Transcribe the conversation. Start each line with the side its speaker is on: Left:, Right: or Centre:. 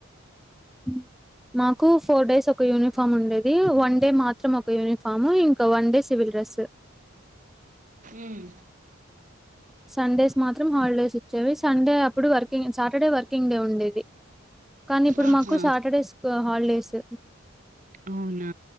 Centre: హ్మ్. మాకు ఫోర్ డేస్ ఒక యూనిఫామ్ ఉండేది వన్ డే మాత్రం ఒక యూనిఫామ్ ఇంకా వన్ డే సివిల్ డ్రెస్
Right: ఉమ్
Centre: సండేస్ మాత్రం హాలిడేస్ వచ్చేవి సండే అప్పుడు ఇప్పుడు వర్కింగ్ సాటర్డే వర్కింగ్ డే ఉండేది కానీ ఇప్పుడు
Right: ఆహా
Centre: మాకు సాటర్డేస్ హాలిడేస్
Right: అవునా